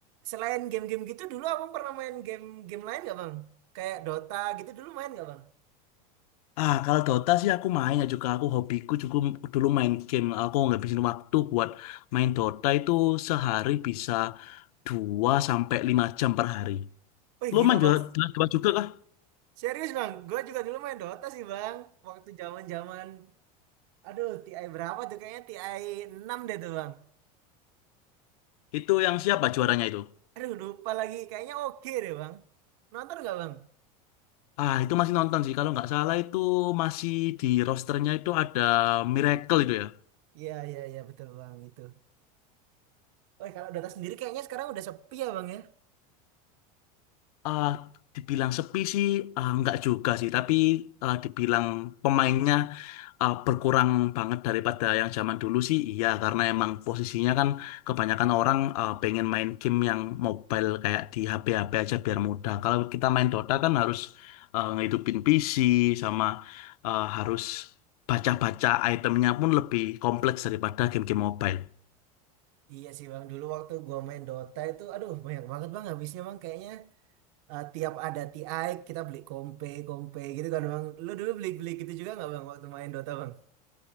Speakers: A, on the right (about 60°); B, on the left (about 75°).
A: Selain game-game gitu dulu abang pernah main game-game lain nggak Bang? Kayak Dota gitu dulu main nggak Bang?
B: Ah, kalau Dota sih aku main ya juga aku hobiku juga dulu main game. Aku ngabisin waktu buat main Dota itu sehari bisa 2 sampai 5 jam per hari.
A: Wih
B: Lu
A: gila
B: main Dota
A: Bang.
B: Dota juga kah?
A: Serius Bang, gue juga dulu main Dota sih Bang. Waktu zaman zaman aduh TI berapa tuh kayaknya TI 6 deh tuh Bang.
B: Itu yang siapa juaranya itu?
A: Aduh lupa lagi, kayaknya oke deh Bang. Nonton nggak Bang?
B: Ah, itu masih nonton sih. Kalau nggak salah itu masih di rosternya itu ada Miracle itu ya.
A: Iya iya iya betul Bang itu. Wih kalau Dota sendiri kayaknya sekarang udah sepi ya Bang ya.
B: Ah, dibilang sepi sih ah, nggak juga sih, tapi ah, dibilang pemainnya ah, berkurang banget daripada yang zaman dulu sih, iya karena emang posisinya kan kebanyakan orang ah, pengen main game yang mobile kayak di HP-HP aja biar mudah. Kalau kita main Dota kan harus ah, ngehidupin PC sama ah, harus baca-baca itemnya pun lebih kompleks daripada game-game mobile.
A: Iya sih bang, dulu waktu gua main Dota itu, aduh banyak banget bang habisnya bang kayaknya eh, tiap ada TI kita beli kompe, kompe gitu kan bang. Lu dulu beli-beli gitu juga nggak bang waktu main Dota bang?